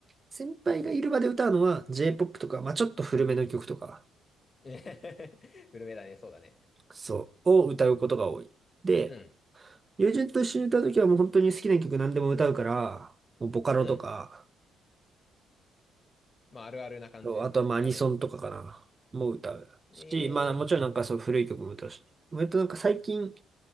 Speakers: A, on the right; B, on the left.
A: 先輩がいる場で歌うのは J-POP とか、まあ、ちょっと古めの曲とか、
B: <laughs> 古めだね、そうだね。
A: そう、を歌うことが多い。で、
B: うん、
A: 友人と一緒に歌うときはもう本当に好きな曲何でも歌うから、もうボカロとか、
B: うん。まあ、あるあるな感じだね。
A: そうあとはまあアニソンとかかな、もう歌う。
B: え
A: し、まあもちろんなんかそう古い曲も歌うし。割となんか最近